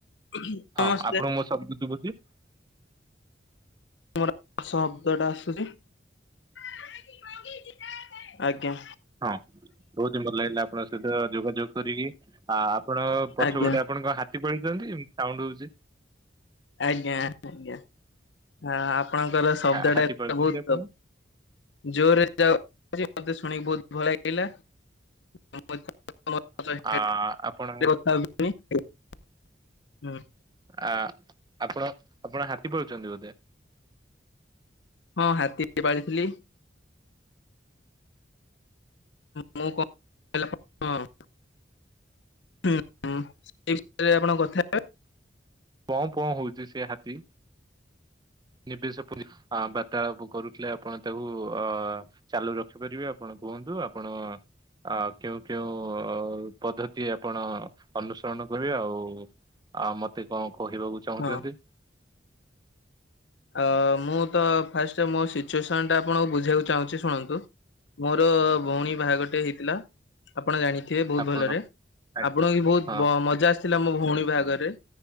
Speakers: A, on the left; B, on the right.
A: Hello
B: ହଁ
A: ନମସ୍କାର
B: ଆପଣଙ୍କୁ ମୋ ଶବ୍ଦ ଶୁଭୁଚି?
A: ମୋର ଶବ୍ଦଟା ଆସୁଛି <inaudible> ଆଜ୍ଞା।
B: ହଁ ବହୁତିନ ଭଲ ଲାଗିଲା ଆପଣଙ୍କ ସହିତ ଯୋଗାଯୋଗ କରିକି। ଆ ଆପଣ ପଛ
A: ଆଜ୍ଞା
B: ଗୋଟେ ଆପଣଙ୍କ ହାତୀ ପଳେଇଛନ୍ତି ତି ସାଉଣ୍ଡ ହଉଛି।
A: ଆଜ୍ଞା ଆଜ୍ଞା ଆ ଆପଣଙ୍କର ଶବ୍ଦ
B: ହା- ହାତୀ
A: ଟା ଏ
B: ପାଳୁଛନ୍ତି
A: ବହୁତ
B: ଆପଣ ହଁ
A: ଜୋରରେ ଯାଉ ମତେ ଶୁଣିକି ବହୁତ ଭଲ ଲାଗିଲା। <unintelligible> <unintelligible>
B: ଆ ଆପଣ
A: ହୁଁ।
B: ଆ ଆପଣ ଆପଣ ହାତୀ ପାଳୁଛନ୍ତି ବୋଧେ।
A: ହଁ ହାତୀ ପାଳିଥିଲି। ମୁଁ <unintelligible> ହୁଁ ଉଁ ସେଇ ବିଷୟରେ ଆପଣ କଥା ହେବେ।
B: ପଁ ପଁ ହଉଛି ସେ ହାତୀ। ନିବେଶ ପ ବାର୍ତାଳାପ କରୁଥିଲେ ଆପଣ ତାକୁ ଅ ଚାଲୁ ରଖିପାରିବେ ଆପଣ କୁହନ୍ତୁ ଆପଣ ଆ କେଉଁ କେଉଁ ପଦ୍ଧତି ଆପଣ ଅନୁସରଣ କରିବେ ଆଉ ଆଉ ମତେ କଣ କହିବାକୁ ଚାହୁଁଛନ୍ତି।
A: ହଁ ଅ ମୁଁ ତ ଫାଷ୍ଟ ମୋ ସିଚୁଏସନ ଟା ଆପଣଙ୍କୁ ବୁଝିବାକୁ ଚାହୁଁଛି ଶୁଣନ୍ତୁ। ମୋର ଭଉଣୀ ବାହାଘରଟେ ହେଇଥିଲା। ଆପଣ ଜାଣିଥିବେ ବହୁତ
B: ଆପଣ
A: ଭଲରେ।
B: ଆଜ୍ଞା।
A: ଆପଣଙ୍କୁ ବି ବହୁତ
B: ହଁ
A: ମଜା ଆସିଥିଲା ମୋ ଭଉଣୀ ବାହାଘରରେ।